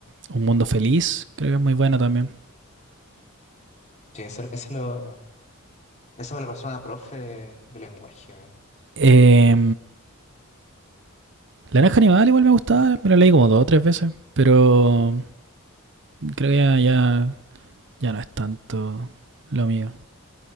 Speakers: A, on the right; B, on the left.
A: Un Mundo Feliz, creo que es muy bueno también.
B: Sí, ese, ese lo, eso me lo pasó una profe de, de lenguaje, weón.
A: Eh, la granja Animal igual me gustaba, me lo leí como dos o tres veces, pero creo que ya, ya, ya no es tanto lo mío.